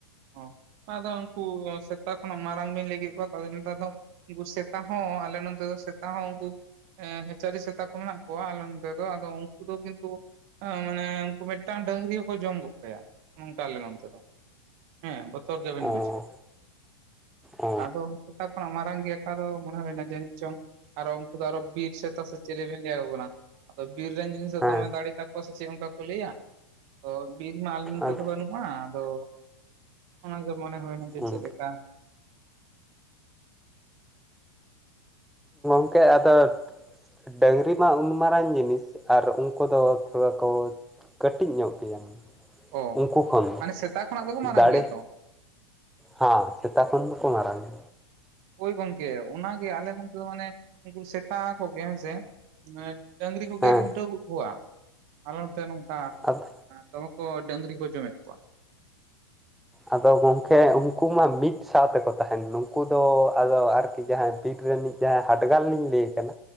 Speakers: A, on the right (about 50°); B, in the centre.
A: ᱚ ᱵᱟᱝ ᱟᱫᱚ ᱩᱱᱠᱩ ᱥᱮᱛᱟ ᱠᱷᱚᱱᱟᱜ ᱢᱟᱨᱟᱝ ᱵᱤᱱ ᱞᱟᱹᱭ ᱠᱮᱫ ᱠᱚᱣᱟ ᱛᱟᱞᱦᱮ ᱱᱮᱛᱟᱨ ᱫᱚ ᱩᱱᱠᱩ ᱥᱮᱛᱟ ᱦᱚᱸ ᱟᱞᱮ ᱱᱚᱱᱛᱮ ᱫᱚ ᱥᱮᱛᱟ ᱦᱚᱸ ᱩᱱᱠᱩ ᱮᱸ ᱪᱟᱹᱨᱤ ᱥᱮᱛᱟ ᱢᱮᱱᱟᱜ ᱠᱚᱣᱟ ᱟᱞᱮ ᱱᱚᱰᱮ ᱫᱚ᱾ ᱟᱫᱚ ᱩᱱᱠᱩ ᱠᱤᱱᱛᱩ ᱟ ᱢᱟᱱᱮ ᱩᱱᱠᱩ ᱢᱤᱫᱴᱟᱝ ᱰᱟᱹᱝᱨᱤ ᱦᱚᱸᱠᱚ ᱡᱚᱢ ᱜᱚᱜ ᱠᱟᱭᱟ ᱚᱝᱠᱟ ᱞᱮᱱᱚᱱᱛᱮ ᱫᱚ᱾ ᱦᱮᱸ ᱵᱚᱛᱚᱨ ᱜᱮᱵᱮᱱ
B: ᱚ
A: ᱵᱩᱡᱷᱟᱹᱣᱟ᱾
B: ᱚ
A: ᱟᱫᱚ ᱥᱮᱛᱟ ᱠᱷᱚᱱᱟᱜ ᱢᱟᱨᱟᱝ ᱜᱮ ᱟᱠᱟ ᱫᱚ ᱢᱚᱱᱮ ᱦᱳᱭ ᱱᱟ ᱡᱟᱹᱱᱤᱡ ᱪᱚᱝ ᱟᱨᱚ ᱩᱱᱠᱩ ᱫᱚ ᱟᱨᱚ ᱵᱤᱨ ᱥᱮᱛᱟ ᱥᱮ ᱪᱮᱞᱤ ᱵᱤᱱ ᱞᱟᱹᱭᱟ ᱠᱚ ᱠᱟᱱᱟ᱾ ᱟᱫᱚ ᱵᱤᱨ ᱨᱮᱱ ᱡᱤᱱᱤᱥ ᱫᱚ
B: ᱦᱮᱸ
A: ᱫᱚᱢᱮ ᱫᱟᱲᱮ ᱛᱟᱠᱚᱣᱟ ᱥᱮ ᱪᱮᱫ ᱚᱱᱠᱟ ᱠᱚ ᱞᱟᱹᱭᱟ᱾ ᱛᱷᱚ ᱵᱤᱨ ᱢᱟ ᱟᱞᱮ ᱱᱚᱛᱮ
B: ᱟᱫᱚ
A: ᱫᱚ ᱵᱟᱹᱱᱩᱜᱼᱟ ᱟᱫᱚ ᱚᱱᱟᱜᱮ ᱢᱚᱱᱮ ᱦᱩᱭᱱᱟ ᱡᱮ
B: ᱦᱩᱸ
A: ᱪᱮᱫ ᱞᱮᱠᱟ᱾
B: ᱜᱚᱝᱠᱮ ᱟᱫᱚ ᱰᱝᱨᱤ ᱢᱟ ᱩᱱ ᱢᱟᱨᱟᱝ ᱡᱤᱱᱤᱥ ᱟᱨ ᱩᱱᱠᱩ ᱫᱚ ᱛᱷᱚᱲᱟ ᱠᱚ ᱠᱟᱹᱴᱤᱡ ᱧᱚᱜ ᱜᱮᱭᱟᱢ᱾
A: ᱚ
B: ᱩᱱᱠᱩ ᱠᱷᱚᱱ
A: ᱢᱟᱱᱮ ᱥᱮᱛᱟ ᱠᱷᱚᱱᱟᱜ ᱫᱚᱠᱚ ᱢᱟᱨᱟᱝ
B: ᱫᱟᱲᱮ
A: ᱜᱮᱭᱟ ᱛᱚ
B: ᱦᱟᱸ ᱥᱮᱛᱟ ᱠᱷᱚᱱ ᱫᱚᱠᱚ ᱢᱟᱨᱟᱝᱟ᱾
A: ᱦᱳᱭ ᱜᱚᱝᱠᱮ ᱚᱱᱟᱜᱮ ᱟᱞᱮ ᱱᱚᱱᱛᱮ ᱫᱚ ᱢᱟᱱᱮ ᱩᱱᱠᱩ ᱥᱮᱛᱟ ᱠᱚᱜᱮ ᱦᱮᱸᱥᱮ᱾ ᱢᱮᱫ ᱰᱟᱹᱝᱨᱤ ᱠᱚ ᱜᱮᱨ
B: ᱦᱮᱸ
A: ᱩᱞᱴᱟᱹᱣᱚ ᱜᱚᱫ ᱠᱚᱣᱟ ᱟᱞᱮ ᱱᱚᱛᱮ ᱱᱚᱝᱠᱟ᱾
B: ᱟᱫᱚ
A: ᱦᱮᱸ ᱫᱚᱢᱮ ᱠᱚ ᱰᱟᱹᱝᱨᱤ ᱠᱚ ᱡᱚᱢᱮᱫ ᱠᱚᱣᱟ᱾
B: ᱟᱫᱚ ᱜᱚᱢᱠᱮ ᱩᱱᱠᱩ ᱢᱟ ᱢᱤᱫ ᱥᱟᱶᱛᱮᱠᱚ ᱛᱟᱦᱮᱱ ᱱᱩᱠᱩ ᱫᱚ ᱟᱫᱚ ᱟᱨᱠᱤ ᱡᱟᱦᱟᱸᱭ ᱵᱤᱨ ᱨᱮᱱᱤᱡ ᱡᱟᱦᱟᱸᱭ ᱦᱟᱰᱜᱟᱞ ᱞᱤᱧ ᱞᱟᱹᱭᱮ ᱠᱟᱱᱟ